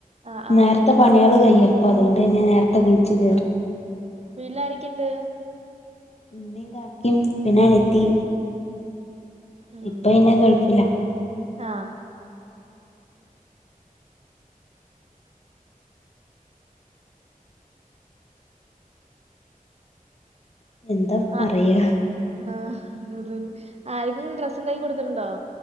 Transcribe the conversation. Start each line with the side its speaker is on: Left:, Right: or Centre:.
Right: ആഹ് ആഹ്
Left: നേരത്തെ പണികള് കയ്യാം ഇപ്പ അതൊണ്ട് തന്നെ നേരത്തേ കുളിച്ചു കേറും
Right: വീട്ടിലാരൊക്കേ ഇണ്ട്
Left: ഉമ്മേം കാക്കേം പിന്നെ ഞാൻ എത്തി
Right: ഉം
Left: ഇപ്പ എന്നാ ഗൾഫിലാ
Right: ആഹ്
Left: എന്താ പറയാ
Right: ആഹ് ആഹ് ഇതിന് ഡ്രസ്സ് ഉണ്ടാക്കി കൊടുത്തിട്ടുണ്ടോ